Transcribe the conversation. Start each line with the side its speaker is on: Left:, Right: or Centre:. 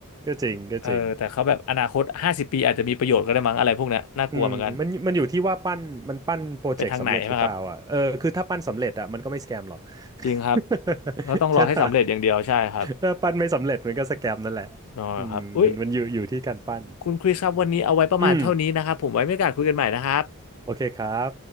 Right: ก็จริงก็จริง
Left: เออแต่เขาแบบอนาคตห้าสิบปีอาจจะมีประโยชน์ก็ได้มั้งอะไรพวกเนี้ยน่ากลัวเหมือนกัน
Right: อืมมันมันอยู่ที่ว่าปั้นมันปั้นโปรเจกต์สำเร็จหรือเปล่าอ่ะเออคือถ้าปั้นสำเร็จอ่ะมันก็ไม่สแกมหรอก
Left: ไปทางไหนใช่ไหมครับจริงครับ
Right: <laughs>
Left: เขาต้องรอให้สำเร็จอย่างเดียวใช่ครับ
Right: ใช่ป่ะถ้าปั้นไม่สำเร็จมันก็สแกมนั่นแหละ
Left: รอครับอุ้ย
Right: อืมมันมันอยู่อยู่ที่การปั้น
Left: คุณคริสครับวันนี้เอาไว้ประมาณเท่านี้นะครับผมไว้มีโอกาสคุยกันใหม่นะครับ
Right: อืมโอเคครับ